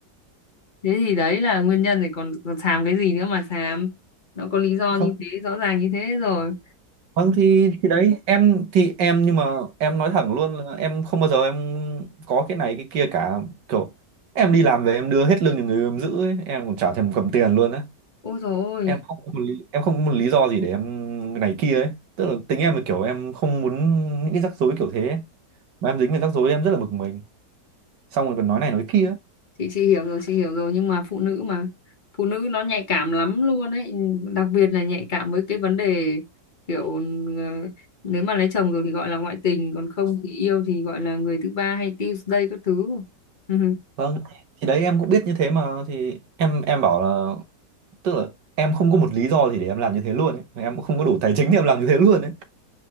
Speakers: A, on the left (about 30°); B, on the right (about 80°).
A: thế thì đấy là nguyên nhân rồi còn, còn xàm cái gì nữa mà xàm nó có lý do
B: không
A: như thế rõ ràng như thế rồi
B: vâng thì thì đấy em thì em nhưng mà em nói thẳng luôn là em không bao giờ em có cái này cái kia cả kiểu em đi làm về em đưa hết lương cho người em giữ ấy. em còn chả thèm cầm tiền luôn á
A: ôi dồi ôi
B: em không có một lý, em không có một lý do gì để em này kia ấy tức là tính em là kiểu em không muốn những cái rắc rối kiểu thế ấy. mà em dính về rắc rối em rất là bực mình xong rồi còn nói này nói kia ấy.
A: chị chị hiểu rồi chị hiểu rồi nhưng mà phụ nữ mà phụ nữ nó nhạy cảm lắm luôn ấy đặc biệt là nhạy cảm với cái vấn đề kiểu ờ, nếu mà lấy chồng rồi thì gọi là ngoại tình còn không thì yêu thì gọi là người thứ ba hay Tuesday các thứ Ừ,
B: vâng thì đấy em cũng biết như thế mà thì em em bảo là tức là em không có một lý do gì để em làm như thế luôn ấy Mà em cũng không có đủ tài chính để em làm như thế luôn ấy